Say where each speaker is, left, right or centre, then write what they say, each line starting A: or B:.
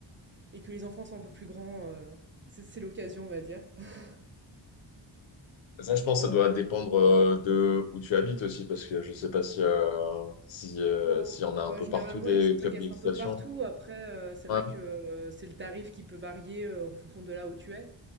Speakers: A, on the right; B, on the left.
A: et que les enfants sont un peu plus grands, heu, c'est c'est l'occasion, on va dire. <laughs>
B: Ça, je pense
A: Mais
B: que
A: ouais.
B: ça doit dépendre euh, de où tu habites aussi, parce que je sais pas si euh, si euh,
A: Bon,
B: s'il y en a un
A: bah,
B: peu
A: généralement,
B: partout des
A: il y a des centres
B: clubs
A: qui
B: d'équitation.
A: restent un peu partout. Après, euh, c'est vrai
B: Ouais.
A: que euh, c'est le tarif qui peut varier euh, en fonction de là où tu es.